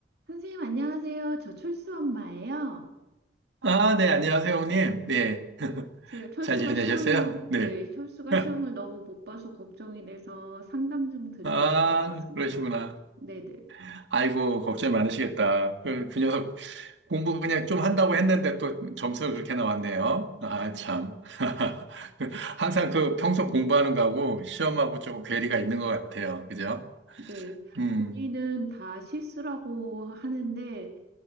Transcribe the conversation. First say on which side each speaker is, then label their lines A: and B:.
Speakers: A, on the right (about 65°); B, on the right (about 85°).
A: 선생님, 안녕하세요. 저 철수 엄마예요.
B: 아, 네, 안녕하세요, 형님. 네. <laughs>
A: 제가 철수가
B: 잘 지내셨어요?
A: 시험을,
B: 네.
A: 네, 철수가
B: <laughs>
A: 시험을 너무 못 봐서 걱정이 돼서 상담 좀 드리고자
B: 아,
A: 전화했습니다.
B: 그러시구나.
A: 네네. 네.
B: 아이고, 걱정이 많으시겠다. 그, 그 녀석 공부 그냥 좀 한다고 했는데 또 점수가 그렇게 나왔네요. 아, 참. <laughs> 항상 그 평소 공부하는 거하고 시험하고 조금 괴리가 있는 것 같아요. 그죠?
A: 네.
B: 음.
A: 본인은 다 실수라고 하는데,